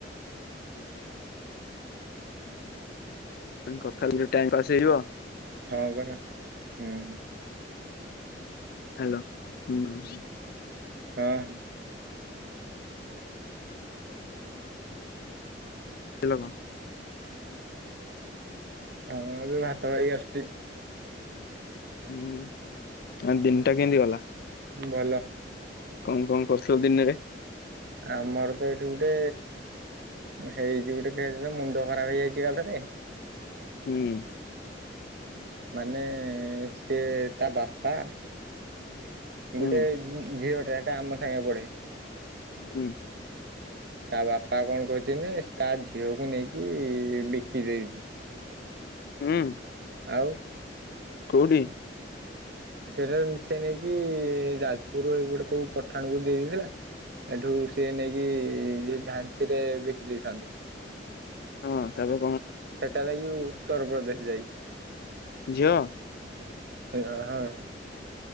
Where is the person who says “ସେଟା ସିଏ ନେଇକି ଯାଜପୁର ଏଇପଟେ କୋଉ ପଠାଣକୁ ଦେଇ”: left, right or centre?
Right